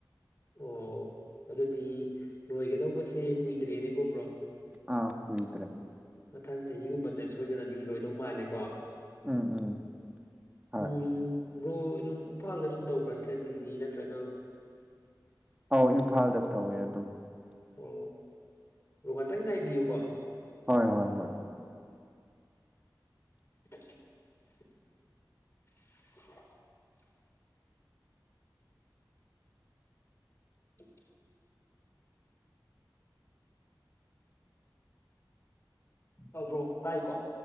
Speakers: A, on the left (about 35°); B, on the right (about 15°).
A: ꯑꯣ ꯑꯗꯨꯗꯤ ꯂꯣꯏꯒꯗꯧꯕꯁꯦ ꯀꯨꯏꯗ꯭ꯔꯦꯅꯦꯀꯣꯕ꯭ꯔꯣ
B: ꯑ ꯀꯨꯣꯏꯠꯇ꯭ꯔꯦ
A: ꯃꯊꯪ ꯆꯍꯤꯒꯨꯝꯕꯗ ꯁꯣꯏꯗꯅꯗꯤ ꯂꯣꯏꯗꯧ ꯃꯥꯜꯂꯦꯀꯣ
B: ꯎꯝ ꯎꯝ ꯍ
A: ꯎꯝ ꯕ꯭ꯔꯣ ꯑꯗꯨꯝ ꯏꯝꯐꯥꯜꯗ ꯑꯗꯨꯝ ꯇꯧꯕ꯭ꯔꯥ ꯏꯁꯇꯗꯤꯗꯤ ꯅꯠꯇ꯭ꯔꯒ
B: ꯑꯥꯎ ꯏꯝꯐꯥꯜꯗ ꯇꯧꯋꯦ ꯑꯗꯨꯝ
A: ꯑꯣ ꯑꯗꯨꯒꯣ ꯉꯇꯪ ꯉꯥꯏꯕꯤꯌꯨꯀꯣ
B: ꯍꯣꯏ ꯍꯣꯏ ꯍꯣꯏ
A: <unintelligible> <unintelligible> ꯎꯝ ꯍꯕ꯭ꯔꯣ ꯇꯥꯏꯀꯣ